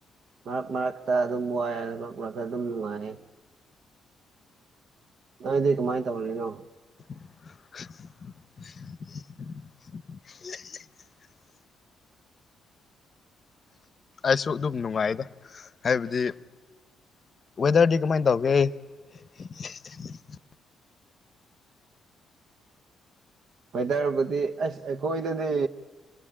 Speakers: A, on the right; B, on the left.
A: ꯃꯔꯛ ꯃꯔꯛꯇ ꯑꯗꯨꯝ ꯋꯥꯏꯌꯦ ꯃꯔꯛ ꯃꯔꯛꯇ ꯑꯗꯨꯝ ꯅꯨꯡꯉꯥꯏꯌꯦ ꯅꯣꯏꯗꯤ ꯀꯃꯥꯏ ꯇꯧꯔꯤꯅꯣ
B: <unintelligible> ꯑꯩꯁꯨ ꯑꯗꯨꯝ ꯅꯨꯡꯉꯥꯏꯌꯦꯗ ꯍꯥꯏꯕꯗꯤ ꯋꯦꯗꯔꯗꯤ ꯀꯃꯥꯏꯟ ꯇꯧꯒꯦ <unintelligible>
A: ꯋꯦꯗꯔꯕꯨꯗꯤ ꯑꯁ ꯑꯩꯈꯣꯏꯗꯗꯤ